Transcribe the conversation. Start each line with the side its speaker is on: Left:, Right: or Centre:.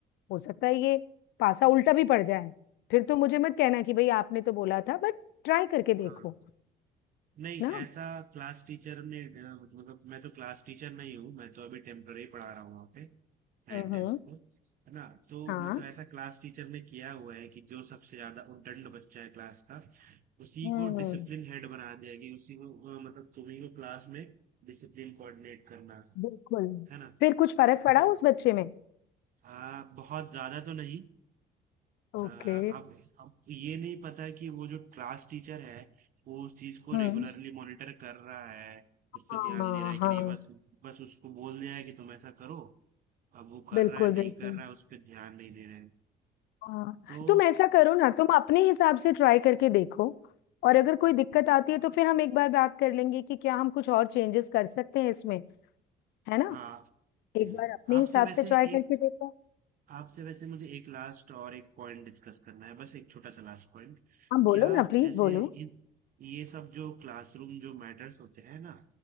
Left: हो सकता है ये पासा उल्टा भी पड़ जाए फिर तो मुझे मत कहना कि भाई आपने तो बोला था बट ट्राई करके देखो
Right: हाँ। नहीं
Left: ना
Right: ऐसा क्लास टीचर ने अ, मतलब मैं तो क्लास टीचर नहीं हूँ मैं तो अभी टेम्पररी पढ़ा रहा हूँ वहाँ पे नाइन
Left: हम्म
Right: टेंथ को है ना तो
Left: हाँ
Right: मतलब ऐसा क्लास टीचर ने किया हुआ है कि जो सबसे ज्यादा उद्दंड बच्चा है क्लास का उसी
Left: हम्म
Right: को डिसिप्लिन हेड बना दिया कि उसी को अ, मतलब तुम्ही को क्लास में डिसिप्लिन कोऑर्डिनेट करना है
Left: बिल्कुल
Right: है ना
Left: फिर कुछ फर्क पड़ा
Right: तो
Left: उस बच्चे में
Right: हाँ बहुत ज्यादा तो नहीं
Left: ओके
Right: अ, अब अब ये नहीं पता कि वो जो क्लास टीचर है वो उस चीज को
Left: हम्म
Right: रेगुलरली मॉनिटर कर रहा है उस पर
Left: हाँ
Right: ध्यान दे रहा है
Left: हाँ
Right: कि नहीं बस बस उसको बोल दिया है कि तुम ऐसा करो अब वो कर
Left: बिल्कुल
Right: रहा है नहीं
Left: बिल्कुल
Right: कर रहा है उस पर ध्यान नहीं दे रहे हैं
Left: हाँ,
Right: तो
Left: तुम ऐसा करो ना तुम अपने हिसाब से ट्राई करके देखो और अगर कोई दिक्कत आती है तो फिर हम एक बार बात कर लेंगे कि क्या हम कुछ और चेंजेस कर सकते हैं इसमें है ना
Right: हाँ हम्म,
Left: एक बार अपने
Right: आपसे
Left: हिसाब
Right: वैसे
Left: से ट्राई करके
Right: एक
Left: देखो
Right: आपसे वैसे मुझे एक लास्ट और एक पॉइंट डिस्कस करना है बस एक छोटा सा लास्ट पॉइंट
Left: हाँ बोलो
Right: क्या
Left: ना प्लीज
Right: जैसे
Left: बोलो
Right: इन- ये सब जो क्लासरूम जो मैटर्स होते हैं ना